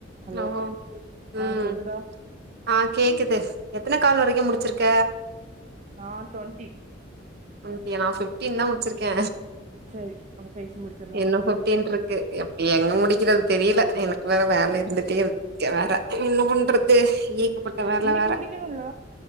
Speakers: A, on the right; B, on the right.
A: Hello
B: நாமோ ம்
A: ஆ கேக்குதா
B: ஆ கேக்குது எத்தன கால் வரைக்கு முடிச்சிருக்க
A: நா டுவெண்ட்டி
B: டுவெண்ட்டியா நா ஃபிப்ஃடின் தா முடிச்சிருக்கே
A: சரி நம்ம பேசி முடிச்சிடலா
B: இன்னு ஃபிஃப்டீன்ட்ருக்கு எங்க முடிக்கிறது தெரியில எனக்கு வேற வேல இருக்கே வேற என்ன பண்றது ஏகப்பட்ட வேல
A: இன்னைக்கு
B: வேற
A: முடிக்கணும்ல